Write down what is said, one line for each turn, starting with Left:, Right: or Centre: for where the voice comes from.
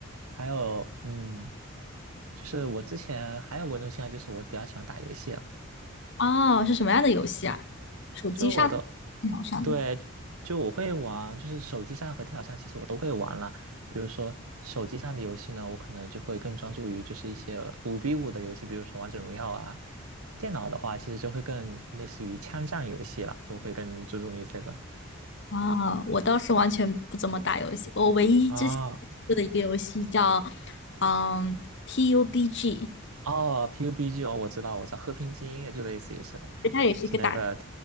Right: 还有，嗯，就是我之前还有过一种兴趣爱好，就是我比较喜欢打游戏了，
Left: 哦，是什么样的游戏啊？手机上的电脑上的？
Right: 就我的。对，就我会玩，就是手机上和电脑上其实我都会玩了。比如说手机上的游戏呢，我可能就会更专注于就是一些五 v 五的游戏，比如说王者荣耀啊。电脑的话，其实就会更类似于枪战游戏了，就会更注重于这个
Left: 啊、我倒是完全不怎么打游戏，我唯一之前接触的一个游戏叫，
Right: 啊。
Left: 嗯，PUBG，
Right: 哦，PUBG 哦，我知道，我知道，和平精英就类似于是，
Left: 它也是一个打。
Right: 是那个，